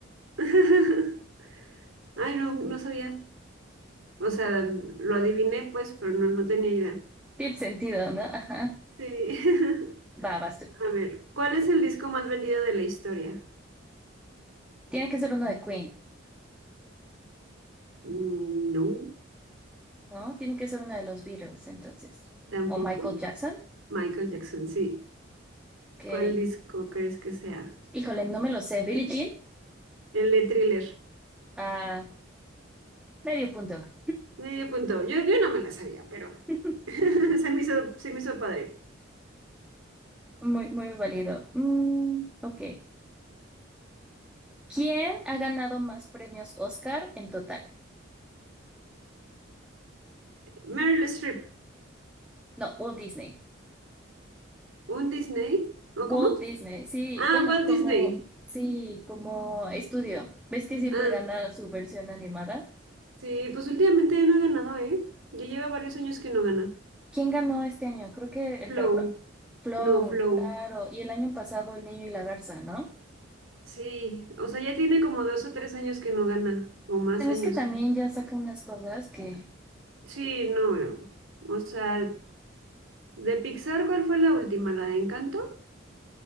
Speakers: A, on the right (about 85°); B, in the centre.
A: <laughs> Ay, no, no sabía. O sea, lo adiviné pues, pero no, no tenía idea.
B: Tiene sentido, ¿no? Ajá.
A: Sí. <laughs>
B: Va, vas tú.
A: A ver, ¿cuál es el disco más vendido de la historia?
B: Tiene que ser uno de Queen,
A: Mm, No,
B: ¿no? Tiene que ser uno de los Beatles, entonces.
A: tampoco.
B: O Michael Jackson,
A: Michael Jackson, sí.
B: que,
A: ¿Cuál disco crees que sea?
B: híjole, no me lo sé. Billie Jean,
A: El de Thriller.
B: a medio punto.
A: Medio punto. Yo, yo no me la sabía, pero
B: <laughs>
A: <laughs> se me hizo, se me hizo padre.
B: Muy, muy válido. Mm, ok. ¿Quién ha ganado más premios Oscar en total?
A: Meryl Streep,
B: No, Walt Disney.
A: ¿un Disney? ¿O
B: Walt
A: cómo?
B: Disney, sí,
A: Ah,
B: bueno,
A: Walt
B: como,
A: Disney.
B: sí, como estudio. ¿Ves que siempre
A: Ah,
B: gana su versión animada?
A: sí, pues últimamente no he ganado, ¿eh? Ya lleva varios años que no gana.
B: ¿Quién ganó este año? Creo que el
A: Flow,
B: caracol. Flow,
A: no, Flow.
B: claro. Y el año pasado el niño y la garza, ¿no?
A: Sí, o sea, ya tiene como dos o tres años que no gana, o más
B: Bueno,
A: años.
B: es que también ya saca unas cosas que...
A: Sí, no, eh, o sea, de Pixar, ¿cuál fue la última? ¿La de Encanto?